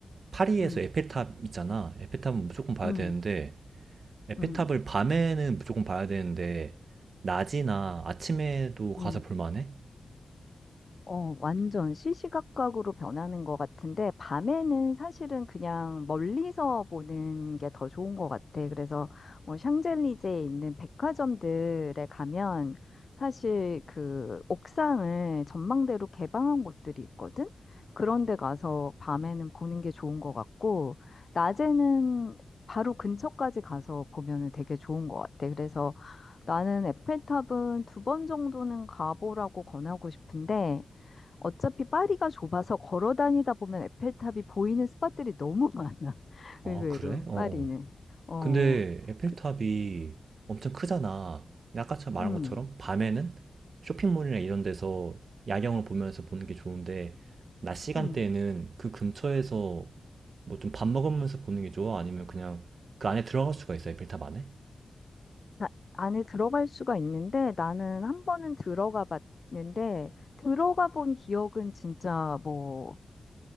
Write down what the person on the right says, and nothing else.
파리에서
에펠탑 있잖아. 에펠탑은 무조건 봐야
되는데 에펠탑을
밤에는 무조건 봐야 되는데 낮이나 아침에도 가서
볼만해?
아
그래? 어어.
근데 에펠탑이
엄청 크잖아. 근데 아까 처럼 말한
것처럼 밤에는 쇼핑몰이나 이런 데서 야경을 보면서 보는 게 좋은데 낮 시간대에는
그 근처에서 뭐 좀 밥 먹으면서 보는 게 좋아? 아니면 그냥 그 안에 들어갈 수가 있어? 에펠탑 안에?